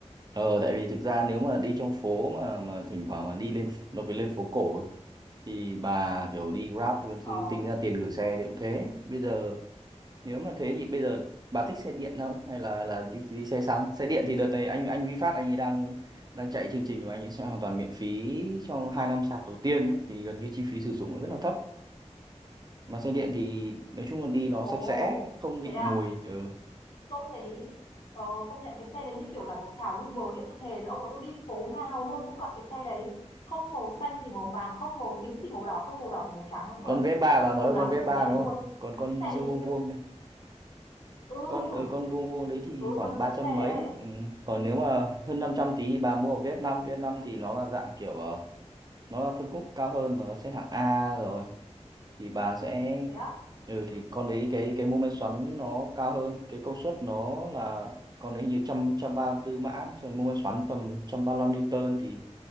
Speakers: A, on the right; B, on the left.
A: Ờ tại vì thực ra nếu mà đi trong phố mà mà thỉnh thoảng mà đi lên ph- nó phải lên phố cổ ấy, thì bà kiểu đi Grab
B: ờ
A: thì tính ra tiền gửi xe thì cũng thế bây giờ nếu mà thế thì bây giờ bà thích xe điện không hay là là đi đi xe xăng xe điện thì đợt này anh anh VinFast anh ấy đang đang chạy chương trình mà anh ấy sẽ hoàn toàn miễn phí trong hai năm sạc đầu tiên ấy, thì gần như chi phí sử dụng nó rất là thấp mà xe điện thì nói chung là đi nó
B: Ồ,
A: sạch sẽ không bị
B: thế à,
A: mùi ừ.
B: tôi thấy ờ, công nhận cái xe đấy như kiểu là một trào lưu mới thì tôi thề với ông mà tôi đi phố nào luôn cũng gặp cái xe đấy không màu xanh thì màu vàng không màu tím thì màu đỏ không màu đỏ thì màu trắng nói chung
A: con
B: là
A: Vespa bà nói
B: đường
A: là
B: nào
A: con
B: cũng
A: Vespa
B: thấy xe
A: đúng
B: đấy
A: không
B: luôn
A: còn con
B: cái xe
A: vuông
B: đấy nhìn
A: vuông
B: chung ừ
A: con ở con vuông vuông đấy thì
B: ừ
A: khoảng
B: con
A: ba
B: con
A: trăm
B: xe
A: mấy
B: đấy đây
A: ừ. còn nếu mà hơn 500 tí thì bà mua ở VF5 vf năm vê ép năm thì nó là dạng kiểu ờ, nó là phân khúc cao hơn nó sẽ hạng A rồi thì bà sẽ
B: thế á
A: ừ thì con đấy cái cái mô men xoắn nó cao hơn cái công suất nó là con đấy hình như trăm trăm ba tư mã rồi mô men xoắn tầm trăm ba lăm newton thì